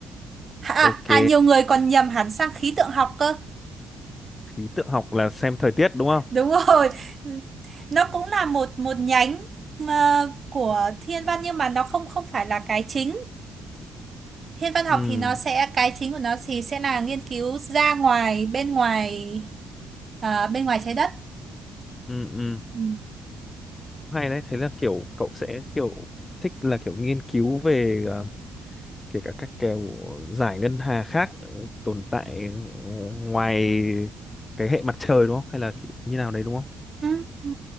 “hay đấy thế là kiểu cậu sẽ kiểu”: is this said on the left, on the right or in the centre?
Left